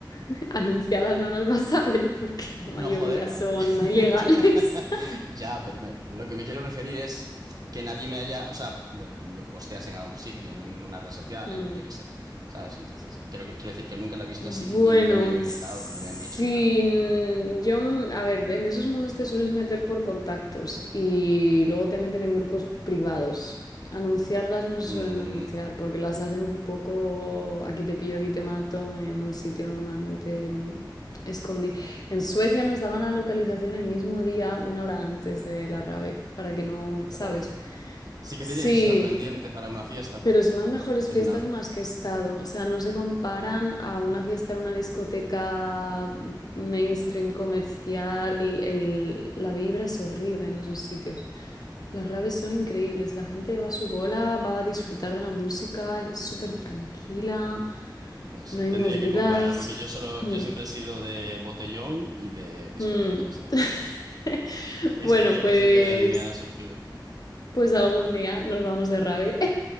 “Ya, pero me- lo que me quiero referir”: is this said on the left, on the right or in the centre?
Right